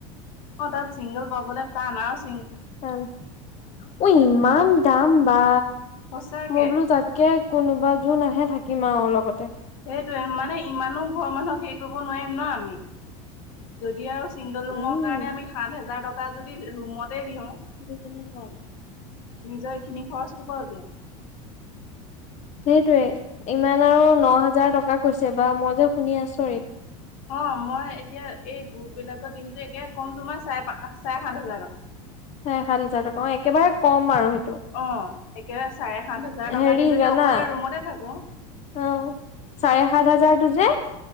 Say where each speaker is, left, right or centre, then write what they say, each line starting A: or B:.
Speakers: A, on the left; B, on the left.
A: অ', তাত চিংগল পাবলৈ টান আঅস
B: টান। ঐ ইমান দাম বা
A: সঁচাকে
B: মই বোলো তাত কে কোনোবা যোন আহে থাকিম আৰু লগতে।
A: সেইটোৱে মানে ইমানো ঘৰৰ মানুহক হেৰি কৰিব নোৱাৰিম ন', আমি। যদি আৰু ছিংগল ৰুমৰ
B: উম
A: কাৰণে আমি সাত হেজাৰ টকা যদি ৰুমতে দিওঁ।
B: <unintelligible>
A: নিজৰ এইখিনি খৰচ কৰ পৰা উলিয়াম?
B: সেইটোয়ে, ইমান আৰু ন হাজাৰ টকা কৈছে বা মই যে শুনি আচৰিত।
A: অ', মই এতিয়া এই গ্ৰুপবিলাকত দেখিছো একে কম তোমাৰ চাৰে পা চাৰে সাত হাজাৰ টকা।
B: চাৰে সাত হাজাৰ টকা, অ', একেবাৰে কম আৰু সেইটো।
A: অ', একে চাৰে সাত হাজাৰ টকা
B: হেৰি
A: দি যদি
B: জানা
A: অকলে ৰুমতে থাকো
B: অ', চাৰে সাত হাজাৰটো যে